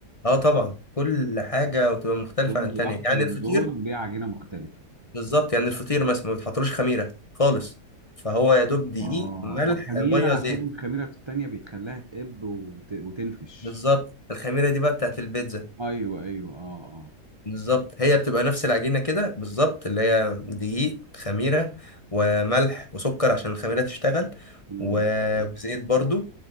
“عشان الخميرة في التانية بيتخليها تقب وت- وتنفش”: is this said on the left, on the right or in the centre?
Right